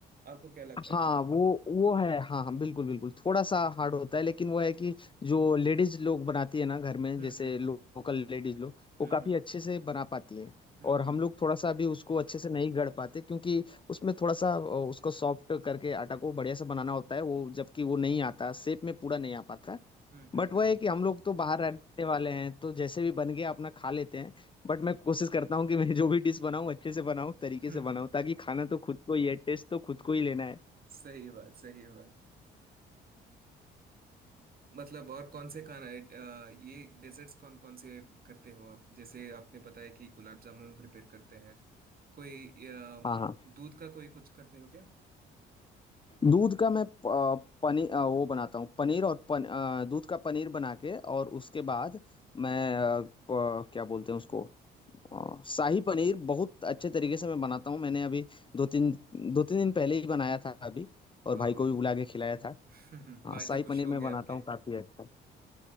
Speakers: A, on the right; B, on the left.
A: आपको क्या लगता है
B: हाँ वो वो है हाँ हाँ बिल्कुल बिल्कुल थोड़ा सा हार्ड होता है लेकिन वो है कि जो लेडीज लोग बनाती है ना घर में
A: हम्म
B: जैसे
A: हम्म
B: लोकल लेडीज लोग
A: हम्म
B: वो काफी अच्छे से बना पाती है
A: हम्म
B: और
A: हम्म
B: हम लोग थोड़ा सा अभी उसको अच्छे से नहीं गढ़ पाते क्योंकि उसमें थोड़ा सा अ, उसको सॉफ्ट करके आटा को बढ़िया से बनाना होता है वो जबकि वो नहीं आता शेप में पूरा नहीं आ पाता
A: हम्म हम्म
B: बट वह
A: हम्म,
B: है कि हम लोग तो बाहर रहने वाले हैं तो जैसे भी बन गया अपना खा लेते हैं बट मैं कोशिश करता हूँ कि मैं जो भी डिश बनाऊँ अच्छे से बनाऊँ तरीके
A: हम्म,
B: से बनाऊँ ताकि खाना तो खुद को ही है टेस्ट तो खुद को ही लेना है
A: <laughs> सही बात सही बात मतलब और कौन से खाना है अ, ये डेजर्ट्स कौन कौन से करते हो आप जैसे आपने बताया कि गुलाब जामुन प्रिपेयर करते हैं कोई अ,
B: हाँ हाँ
A: दूध का कोई कुछ करते हो क्या
B: दूध का मैं पनीर वो बनाता हूँ पनीर और पन, अ, दूध का पनीर बना के और उसके बाद मैं अ, प- क्या बोलते हैं उसको अ, शाही पनीर बहुत अच्छे तरीके से मैं बनाता हूँ मैंने अभी दो तीन दो तीन दिन पहले ही बनाया था अभी और
A: वाह
B: भाई को
A: वाह
B: भी बुला के खिलाया था
A: <laughs>
B: हाँ
A: भाई
B: शाही
A: तो खुश
B: पनीर
A: होंगे
B: मैं बनाता
A: आपके
B: हूँ काफी अच्छा